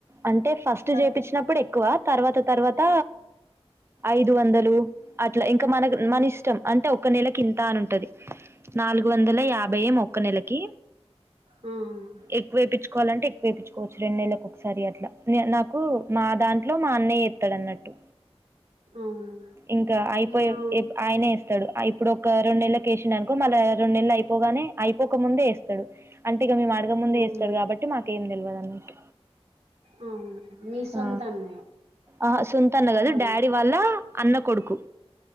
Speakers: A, on the right; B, on the right.
A: అంటే ఫస్ట్
B: కడతారు
A: చేపించినప్పుడు ఎక్కువ తర్వాత తర్వాత ఐదు వందలు ట్ ఇంకా మనకు మన ఇష్టం అంటే ఒక్క నెలకి ఇంత అనింటది నాలుగు వందల యాభై మొక్క నెలకి
B: అవును
A: ఎక్కువ వేయిచ్చుకోవాలంటే ఎక్ వేపించువచ్చు రెండ నళ్లలకు సర అట్లా న నా కు మా దాంట్లో మా అన్నయ్యత్ తడన్నట్టు
B: అవును
A: ఇంకా అయిపోయ
B: మా
A: ఆయనే ఇస్తాడు ఇప్పుడు ఒక రెండు నెల వేసినానుకో మళ్ళ రెండు నెలలు అయిపోగానే అయిపోక ముందే వేస్తాడు అంటే మీ మాడగ ముందేస్తారు
B: అవును
A: కాబట్టి మాకేం తెలియదు అక
B: అవునా మీ సొంత
A: ఆ
B: అన్నయ్య
A: ఆ సుంతన్న గదు
B: కాదు
A: డాడీ వాళ్ళ అన్న కొడుకు